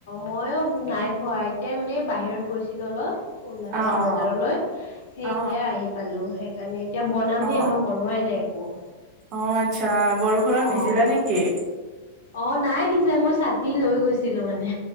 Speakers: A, on the left; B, on the right.
A: মইও নাই খোৱা এতিয়া মানে বাহিৰত গৈছিলো অলপ। ওলাই
B: অ
A: এ
B: অ
A: বজাৰলৈ সেই
B: অ
A: এতিয়াই আহি পালো সেইকাৰণে এতিয়া বনাম
B: অ
A: হে মই বনোৱাই নাই একো।
B: অ আত্চ্ছা বৰষুণত
A: অ',
B: ভিজিলা নেকি?
A: অ নাই ভিজা মই ছাতি লৈ গৈছিলো মানে।